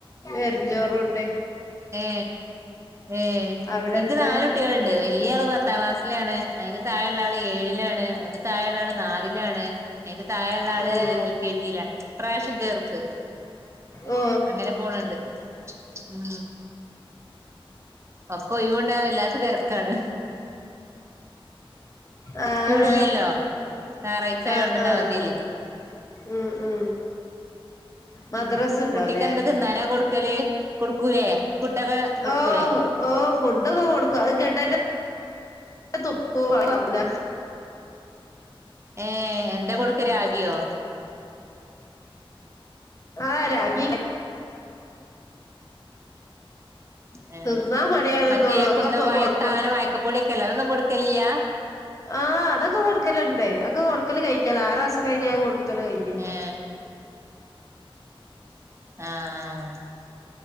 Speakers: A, on the left; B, on the right.
A: എെരഞ്ചോറും ഉണ്ട്
B: ഏ ഏഹ
A: അവിടെ
B: എനിക്ക്
A: എന്താ
B: നാലല് കുട്ടികളുണ്ട് വലിയ ആള പത്താം ക്ലാസ് ിലാണ് അതിന്റെ തായള്ള ആ ഏഴിലാണ് അതിന്റെ തായുള്ളള്ള ആള് നാലിലാണ് അതിന്റെ താായള്ള ആള്
A: ഉം
B: എൽ കെ ജില്ല പ്രാവശ്യം കേർത്ത്
A: ഓ
B: അങ്ങനെ പോണണ്ട് ഉ ഒക്ക ഒയുണ്ട എല്ലാക്കും വതിരക്കാണ്
A: ആ ആഹ
B: സ്കൂളില്ലല്ലോ ഞായറാഴ്ച
A: ആ
B: ആയോണ്ട് ഇന്ന്
A: ആഹ ആഹ
B: അവധിയല്ലേ
A: ഉം ഉ മദ്രാസ് ഉണ്ടാവുംലേ
B: കുട്ടിക്ക് എന്താ തിന്നാനാ കൊടുക്കല് കൊടുക്കൂലേ ഫുഡൊക്കെ കൊടുക്കൂലേ
A: ഓ ഓ ഫുഡൊക്കെ കൊടുക്കും അ കേെട്ടായിട്ട തൊപ്പന
B: ഏർ എന്റെ കൊടുക്ക രാഗിയോ
A: ആഹ് രാഗ
B: ഏ
A: തിന്നാ മടിയാലന്നള്ളു
B: മറ്റേ
A: ഒക്കെ
B: കുന്നം വായക്ക
A: കൊടുക്കും
B: അങ്ങനെ വായക്കപ്പൊടിയൊക്കെല്ലേ അതൊന്നും കൊടുക്കലില്ല
A: ആഹ് അതൊക്കെ കൊടുക്കലുണ്ടേ ക്ക് കൊടുക്കല് കഴിഞ്ഞല്ലോ ആറ് മാസം കഴിഞ്ഞ അത് കൊടുക്കല് കഴിഞ്
B: ഏ ആഹ ആഹ